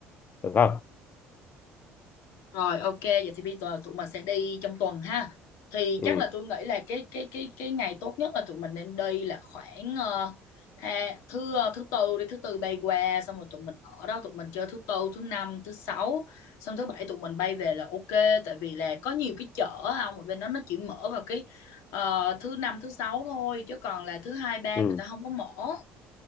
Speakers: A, on the left; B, on the left.
A: được không
B: Rồi ok vậy thì bây giờ tụi mình sẽ đi trong tuần ha. Thì chắc
A: ừ,
B: là tôi nghĩ là cái cái cái cái ngày tốt nhất là tụi mình nên đi là khoảng ờ, tha, thứ ờ, thứ tư đi thứ tư bay qua xong rồi tụi mình ở đó tụi mình chơi thứ tư thứ năm thứ sáu xong thứ bảy tụi mình bay về là ok tại vì là có nhiều cái chợ không ở bên đó nó chỉ mở vào cái ờ, thứ năm thứ sáu thôi chứ còn là thứ hai ba
A: ừ.
B: người ta không có mở